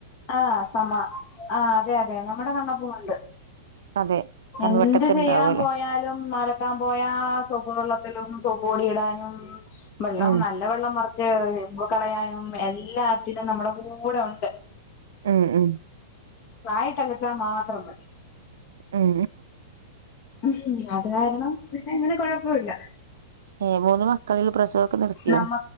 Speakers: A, on the left; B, on the right.
A: ആ് സമ ആഹ് അതെ അതെ നമ്മുടെ കണ്ണപ്പമുണ്ട്.
B: അതെ കൺവെട്ടത്ത്
A: എന്ത് ചെയ്യാൻ
B: ഇണ്ടാവല്ലോ
A: പോയാലും മറ. ക്കാൻ പോയാ സോപ്പ് വെള്ളത്തിലും സോപ്പ് പൊടി ഇടാനും വെള്ളം
B: ഉം
A: നല്ല വെള്ളം മറ- ച്ച് കളയാനും എല്ലാത്തിനും നമ്മുടെ കൂടെ ഉണ്ട്.
B: ഉം ഉം.
A: വായിട്ടലച്ചാ മാത്രം മതി.
B: ഉം
A: ഉ അത് കാരണം പിന്നെ ഇങ്ങനെ കുഴപ്പില്ല.
B: ഏഹ മൂന്ന് മക്കളുള്ള പ്രസവൊക്കെ നിർത്തിയോ?
A: നമ്മ